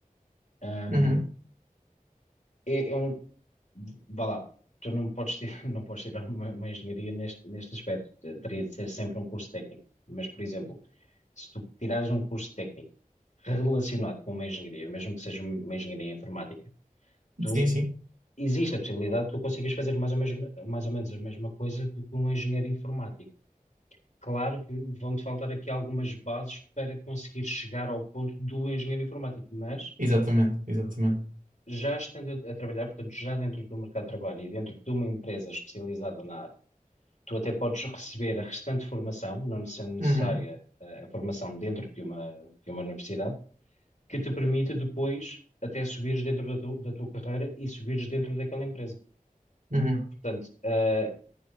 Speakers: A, on the left; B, on the right.
A: Ahm,
B: Uhum.
A: é, é um, vá lá, tu não podes, tirar- <laughs> não podes tirar uma, uma engenharia neste, neste aspecto, teria de ser sempre um curso técnico. Mas, por exemplo, se tu tirares um curso técnico, relacionado com uma engenharia, mesmo que seja uma engenharia informática, tu,
B: Sim, sim.
A: existe a possibilidade de tu conseguires fazer mais ou, mesmo, mais ou menos a mesma coisa do que um engenheiro informático. Claro que vão-te faltar aqui algumas bases para conseguir chegar ao ponto do engenheiro informático, mas
B: Exatamente. Exatamente.
A: já estando a, a trabalhar, portanto, já dentro do mercado de trabalho e dentro de uma empresa especializada na área, tu até podes receber a restante formação, não sendo necessária
B: Uhum.
A: eh, a formação dentro de uma, de uma universidade que te permita depois até subires dentro da, tu- da tua carreira e subires dentro daquela empresa.
B: Uhum.
A: Portanto, ah,